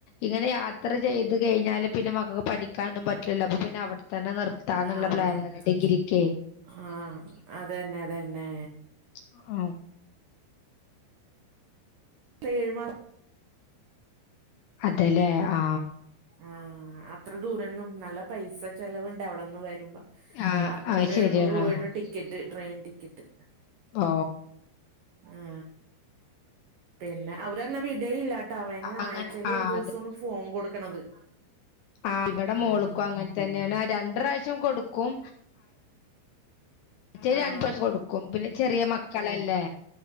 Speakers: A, on the left; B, on the right.
A: ഇങ്ങനെ യാത്ര ചെയ് ത് കഴിഞ്ഞാല് പിന്നെ മക്കക്ക് പഠിക്കാനൊന്നും പറ്റില്ലല്ലോ അപ്പൊ പിന്നെ അവിടെത്തന്നെ നിർത്താന്നുള്ള
B: ആഹ്
A: പ്ലാനാണ് ഡിഗ്രിക്കേ
B: ആഹ് അതന്നെ അതന്നെ
A: ആ
B: പ്പ ഏഴ് മാ
A: അതല്ലേ ആ
B: ആഹ് അത്ര ദൂരന്നും നല്ല പൈസ ചെലവുണ്ട് അവിടെന്ന് വ രുമ്പ
A: ആഹ്
B: അറനൂറ്
A: അത് ശരിയാണ്
B: എഴുന്നൂറ് രൂപയാണ് ടിക്കറ്റ് ട്രെയിൻ ടിക്കറ്റ്
A: ഓ
B: ആ പിന്നെ അവരങ്ങനെ വിടല്ലട്ടോ ട്ടാ അവന്
A: അങ്ങനെ
B: ആഴ്ചേൽ
A: ആഹ്
B: ഒരു ദിവസമാണ് ഫോൺ കൊടുക്കണത്
A: ആ ഇവിടെ മോളക്കും
B: ആഹ്
A: അങ്ങനെ തന്നെയാണ് രണ്ട് പ്രാവശ്യം കൊടുക്കും ആഴ്ച്ചേ രണ്ട്
B: ആഹ്
A: പ്രാവശ്യം കൊടുക്കും പിന്നെ ചെറിയ മക്കളല്ലേ